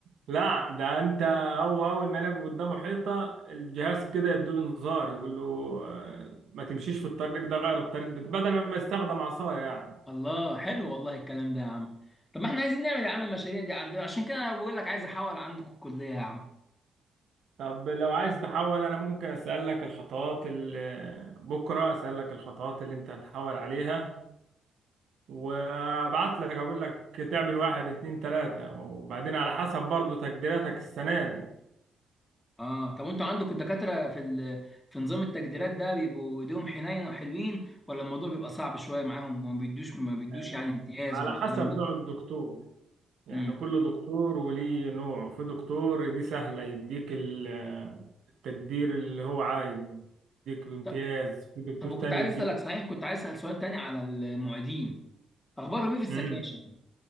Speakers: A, on the right; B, on the left.
A: لا ده انت هو اول ما يلاقوا قدامه حيطه الجهاز كده يدوله انذار يقول له آه، ما تمشيش في الطريق ده غير الطريق بت- بدل ما ما يستخدم عصايه يعني
B: الله حلو والله الكلام ده يا عم طب ما احنا عايزين نعمل يا عم المشاريع دي عندنا عشان كده انا بقول لك عايز احول عندكم الكليه يا عم
A: طب لو عايز تحول انا ممكن اسالك الخطوات اللي بكره اسالك الخطوات اللي انت هتحول عليها وابعت لك اقول لك تعمل واحد اتنين تلاته وبعدين على حسب برضو تقديراتك السنه دي
B: اه طب وانتوا عندكم الدكاترة في ال... في نظام التجديرات ده بيبقوا ايديهم حنينة وحلوين ولا الموضوع بيبقى صعب شوية معاهم وما بيدوش ما بيدوش
A: آه،
B: يعني امتياز
A: على
B: ولا
A: حسب
B: الكلام ده
A: نوع الدكتور يعني
B: امم
A: كل دكتور وليه نوع في دكتور دي سهلة يديك ال- التقدير اللي هو عايزه يديك بامتياز
B: طب
A: في دكتور
B: طب وكنت
A: تاني
B: عايز
A: يديك
B: اسألك صحيح كنت عايز اسأل سؤال تاني على المعيدين اخبارهم ايه في السكاشن
A: امم